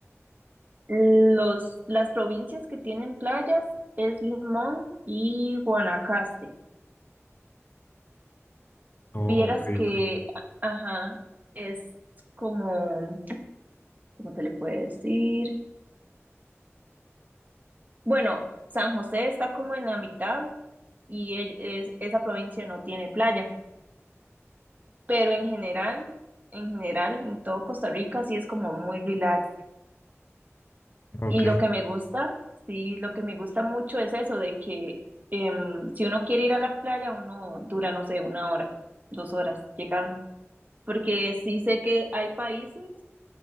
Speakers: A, on the right; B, on the left.
A: los, las provincias que tienen playas es Limón y Guanacaste.
B: Oh,
A: Vieras
B: ok,
A: que,
B: ok.
A: a- ajá, es como... ¿Cómo se le puede decir? Bueno, San José está como en la mitad y e- es- esa provincia no tiene playa, pero en general, en general, en todo Costa Rica sí es como muy relax.
B: Ok.
A: Y lo que me gusta, sí, lo que me gusta mucho es eso de que em, si uno quiere ir a la playa, uno dura, no sé, una hora, dos horas llegando, porque sí sé que hay países